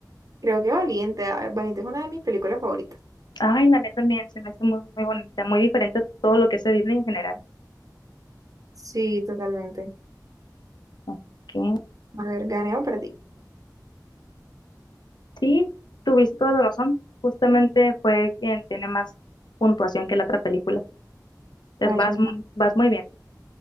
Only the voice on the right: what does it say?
creo que Valiente. ah, Valiente es una de mis películas favoritas.
Sí, totalmente.
A ver, ganeo para ti.
Ay,
me-